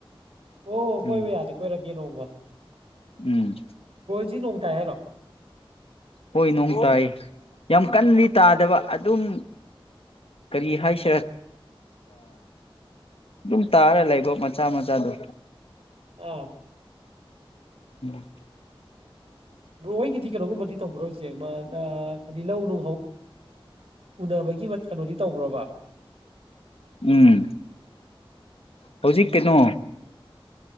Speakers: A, on the right; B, on the left.
A: ꯑꯣ ꯀꯣꯏꯕ
B: ꯎꯝ
A: ꯌꯥꯗꯤ ꯀꯣꯏꯔꯛꯀꯦ ꯅꯣꯡꯃ <unintelligible>
B: ꯎꯝ
A: ꯁꯤ ꯅꯣꯡꯇꯥꯏ ꯍꯥꯏꯔꯣ
B: ꯍꯣꯏ ꯅꯣꯡ ꯇꯥꯏ ꯌꯥꯝ ꯀꯗꯤ ꯇꯥꯗꯕ ꯑꯗꯨꯝ ꯀꯔꯤ ꯍꯥꯏꯁꯤꯔꯦ ꯑꯗꯨꯝ ꯇꯥꯔ ꯂꯩꯕ ꯃꯆꯥ ꯃꯆꯥꯗꯣ
A: ꯑꯥ
B: ꯎꯝ
A: ꯭ꯔꯣ ꯗꯤ ꯀꯩꯅꯣꯒꯨꯝꯕꯗꯤ ꯇꯧꯕ꯭ꯔꯣ ꯍꯧꯁꯦ ꯑ ꯁꯗꯤ ꯂꯧ ꯅꯨꯡꯍꯧ ꯎꯅꯕꯒꯤ ꯀꯩꯅꯣꯗꯤ ꯇꯧꯕ꯭ꯔꯣꯕ
B: ꯎꯝ ꯍꯧꯖꯤꯛ ꯀꯩꯅꯣ